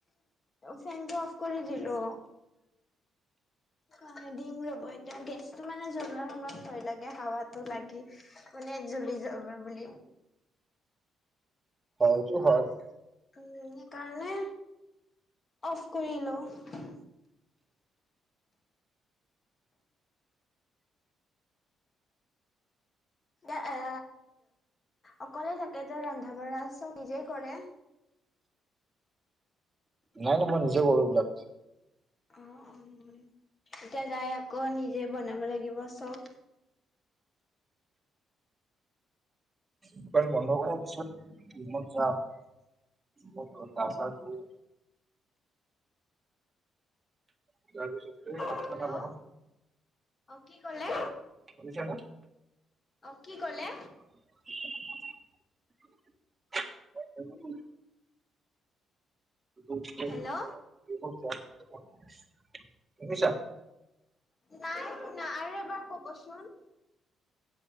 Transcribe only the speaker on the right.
হয় এইটো
হয়
নাই, নাই মই নিজে কৰো এইবিলাক।
দোকান বন্ধ কৰাৰ পিছত মই যাম। মই ঘৰত গা চা ধুই যোৱাৰ পিছত এই খানা
চানা বনাম।
শুনিছানে?
<unintelligible> <unintelligible>
শুনিছা?